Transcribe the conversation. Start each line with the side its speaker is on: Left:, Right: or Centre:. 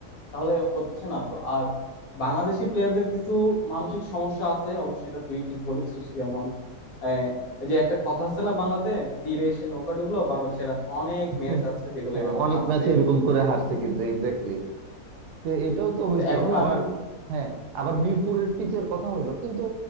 Left: তাহলে হচ্ছে না তো আর বাংলাদেশি প্লেয়ারদের কিছু মানসিক সমস্যা আছে অবশ্যই এটা তুই ঠিক বলেছিস যেমন আহ, এই যে একটা কথা আছে না বাংলাতে তীরে এসে নৌকা ডুবলো বাংলাদেশের অনেক
Right: <laughs>
Left: ম্যাচ আছে যেগুলো
Right: হ্যাঁ
Left: এভাবে
Right: অনেক
Left: হারছে
Right: ম্যাচে এরকম করে হারছে কিন্তু এক্স্যাক্টলি যে এটাও তো হয়েছে
Left: তো এখন
Right: আবার
Left: আমি
Right: হ্যাঁ আবার মিরপুরের পিচের কথা হইলো কিন্তু